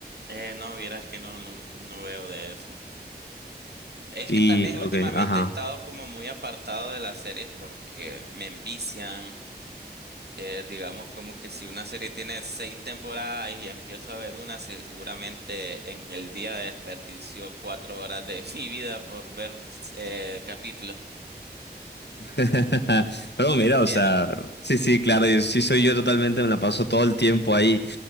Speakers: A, on the right; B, on the left.
A: Eh, no, vieras que no, no, ulti- no veo de eso. Es
B: Y,
A: que también últimamente
B: ok, ajá.
A: he estado como muy apartado de las series porque me envician. Eh, digamos como que si una serie tiene seis temporadas y empiezo a ver una, se- seguramente en el día desperdicio cuatro horas de <laughs> mi vida por ver eh, capítulos.
B: <laughs> Pero
A: ¿Me
B: mira,
A: entiendes?
B: o sea, sí, sí, claro, yo, sí soy yo totalmente, me la paso todo el tiempo ahí.